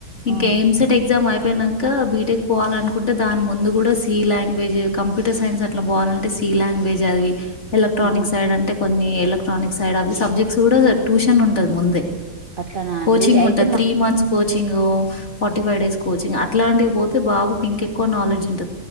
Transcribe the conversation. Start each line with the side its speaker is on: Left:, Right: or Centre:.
Left: ఇంకా
Right: ఆ
Left: ఎంసేట్ ఎక్సామ్ అయిపో అయిపోయినాక బీటెక్ పోవాలనుకుంటే దాని ముందు కూడా సి లాంగ్వేజ్ కంప్యూటర్ సైన్స్ అట్లా పోవాలంటే సి లాంగ్వేజ్ అవి ఎలక్ట్రానిక్
Right: ఆ
Left: సైడ్ అంటే. కొన్ని ఎలక్ట్రానిక్ సైడ్ అవి సబ్జెక్ట్స్. తోడ ట్యూషన్ ఉంటది ముందే
Right: అట్లనా అండి
Left: కోచింగ్
Right: అయితే
Left: ఉంటది three
Right: మా
Left: months coach coaching forty five days coaching అట్లాంటివి పోతే బాబుకి ఇంకెక్కువ నాలెడ్జ్ ఉంట